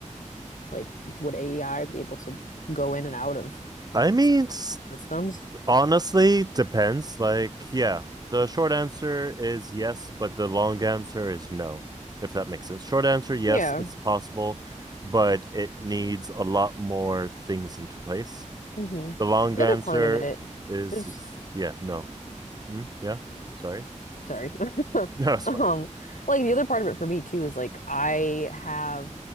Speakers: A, on the left; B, on the right.
A: like would AI be able to go in and out of
B: I mean,
A: several
B: it's
A: different systems?
B: Honestly, depends. Like, yeah, the short answer is yes, but the long answer is no, if that makes sense. Short answer, yes,
A: Yeah.
B: it's possible, but it needs a lot more things into place.
A: hmm
B: The long
A: The
B: answer
A: other part of it,
B: is
A: there's
B: is- yeah, no. Mm, yeah, sorry. <laughs>
A: Sorry. <laughs>
B: No, it's
A: Um,
B: fine.
A: like the other part of it for me too is like I have,